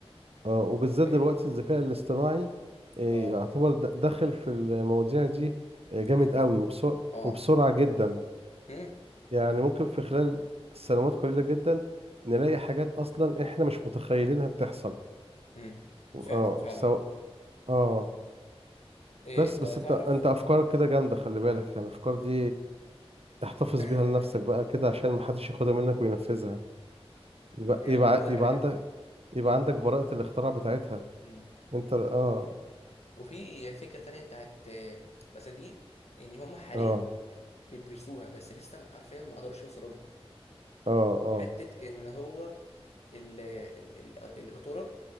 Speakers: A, on the right; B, on the left.
A: اه وبالذات
B: فاهم
A: دلوقتي الذكاء الاصطناعي آه،
B: اه
A: يعتبر د- داخل في المواضيع دي آه، جامد
B: جدا
A: قوي وبسرعة
B: اه
A: وبسرعة جدا
B: امم
A: يعني ممكن في خلال سنوات قليلة جدا نلاقي حاجات أصلا احنا مش متخيلينها بتحصل
B: امم
A: اه
B: فعلا فعلا
A: سواء اه
B: إيه
A: بس
B: انت
A: بس
B: تعرف
A: انت انت افكارك كده جامده خلي بالك يعني الافكار دي احتفظ
B: <laughs>
A: بيها لنفسك بقى كده عشان محدش ياخدها منك وينفذها يبقى
B: هي
A: يبقى
B: محفوظه
A: يبقى
B: كده كده
A: عندك يبقى عندك براءة الاختراع بتاعتها
B: امم
A: انت اه
B: <laughs> وفي فكره تانية بتاعت آه، بس دي يعني هم حاليا
A: اه
B: بيدرسوها بس لسه ما- عارفين ما قدروش يوصلوا لها
A: اه اه
B: حتة إن هو ال ال ال القطورة